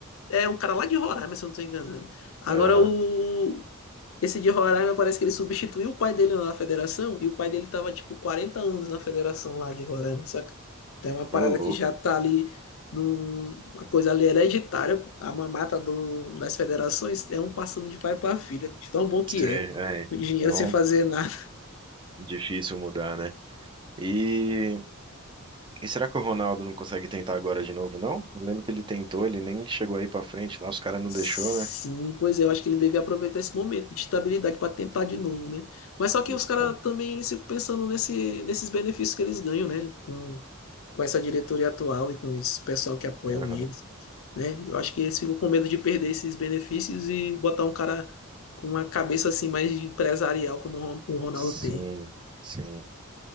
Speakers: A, on the left; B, on the right.
A: É um cara lá de Roraima, se eu não tô enganado. Agora
B: Aham.
A: o. Esse de Roraima parece que ele substituiu o pai dele na federação e o pai dele tava tipo 40 anos na federação lá de Roraima, saca? Então é uma parada
B: Ô, louco.
A: que já tá ali num... uma coisa ali hereditária. pô. A mamata do... das federações é um passando de pai pra filha, de tão bom que
B: Sim,
A: é.
B: é.
A: O dinheiro
B: Então,
A: sem fazer nada.
B: difícil mudar, né? E, e será que o Ronaldo não consegue tentar agora de novo, não? Eu lembro que ele tentou, ele nem chegou aí pra frente lá, os caras não
A: Sim,
B: deixou, né?
A: pois é, eu acho que ele devia aproveitar esse momento de estabilidade para tentar de novo, né? Mas só que
B: Então,
A: os caras também eles ficam pensando nesse, nesses benefícios que eles ganham, né? Com, com essa diretoria atual e com esse pessoal que apoiam
B: aham.
A: eles, né? Eu acho que eles ficam com medo de perder esses benefícios e botar um cara com uma cabeça assim mais de empresarial como o Ron- o Ronaldo
B: Sim,
A: tem.
B: sim.